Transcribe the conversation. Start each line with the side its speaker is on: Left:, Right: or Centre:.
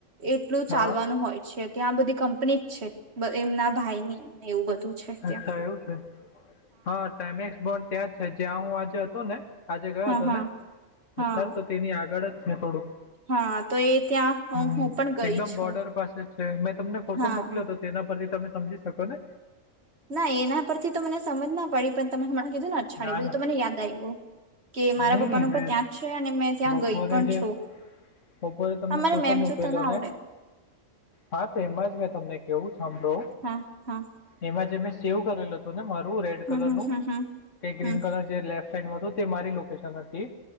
Right: એટલું ચાલવાનું
Left: હા
Right: હોય છે, ત્યાં બધી કંપની જ છે, બ એમના ભાઈની ને એવું બધું છે ત્યાં
Left: અચ્છા એવું છે. હા, ટાઈમેક્સ બોન્ડ ત્યાં જ છે. જ્યાં હું આજે હતો ને, આજે ગયો
Right: હા
Left: હતો
Right: હા
Left: ને?
Right: હા
Left: અચ્છા, તો તેની આગળ જ છે થોડુંક.
Right: હા તો એ ત્યાં
Left: હમ
Right: હું પણ ગઈ
Left: એકદમ
Right: છું
Left: બોર્ડર પાસે છે. મેં તમને ફોટો
Right: હા
Left: મોકલોયો હતો તેનો. તેના પરથી તમે સમજી સકો ને?
Right: ના એના પરથી તો મને સમજ ના પડી, પણ તમે હમણાં કીધું ને? અછાડે
Left: ના
Right: બધું,
Left: ના
Right: તો મને યાદ આવ્યું. કે મારા
Left: નહીં
Right: પપ્પાનું
Left: નહીં મેં
Right: પણ ત્યાં જ છે અને મેં ત્યાં
Left: બપોરે
Right: ગઈ પણ
Left: જે
Right: છું.
Left: બપોરે તમને
Right: તમારે
Left: ફોટો
Right: મેપ
Left: મોક્યલોને!
Right: જોતા ના આવડે
Left: ને હા તેમાં જ મે ત મે કેવું, સાંભળો.
Right: હા હા
Left: એમાં જે મેં સેવ કરેલું હતું ને મારું, એવું રેડ
Right: હમ
Left: કલર
Right: હમ
Left: નું
Right: હમ હમ
Left: કે ગ્રીન
Right: હમ
Left: કલર જે લેફ્ટ સાઈડમાં હતું, તે મારી લોકેશન હતી,